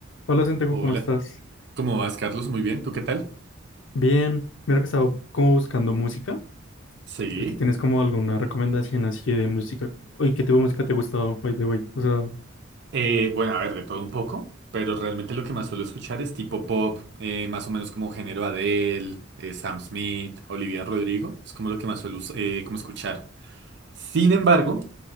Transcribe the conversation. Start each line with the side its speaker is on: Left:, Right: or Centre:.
Left: Hola, Santiago,
Right: Hola,
Left: ¿cómo estás?
Right: ¿cómo vas, Carlos? Muy bien, ¿tú qué tal?
Left: Bien, mira que estaba como buscando música. A
Right: Sí.
Left: ver si tienes como alguna recomendación así de música. Oye, ¿qué tipo de música te ha gustado, by the way? O sea,
Right: Eh, bueno, a ver, de todo un poco, pero realmente lo que más suelo escuchar es tipo pop, eh, más o menos como género Adele, eh, Sam Smith, Olivia Rodrigo, es como lo que más suelo us- eh, como escuchar. Sin embargo,